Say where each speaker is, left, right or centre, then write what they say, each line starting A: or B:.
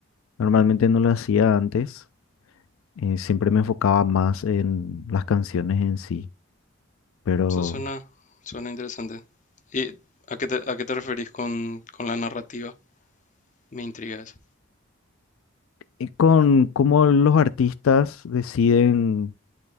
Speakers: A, on the left; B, on the left.
A: Normalmente no lo hacía antes, eh, siempre me enfocaba más en las canciones en sí, pero
B: Eso suena, suena interesante. ¿Y a qué te, a qué te referís con, con la narrativa? Me intriga eso.
A: eh, con cómo los artistas deciden